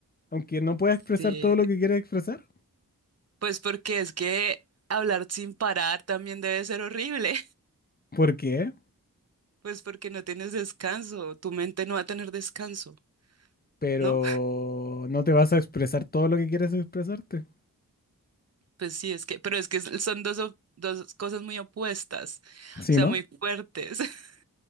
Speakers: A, on the left (about 25°); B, on the right (about 45°).
A: Aunque no puedas expresar
B: Sí,
A: todo lo que quieres expresar.
B: Pues porque es que hablar sin parar también debe ser horrible,
A: ¿Por qué?
B: <laughs> pues porque no tienes descanso, tu mente no va a tener descanso,
A: Pero
B: ¿no?
A: no te vas a expresar todo lo que quieres expresarte.
B: Pues sí, es que, pero es que son dos, op- dos cosas muy opuestas,
A: ¿Sí,
B: o sea,
A: no?
B: muy fuertes. <laughs>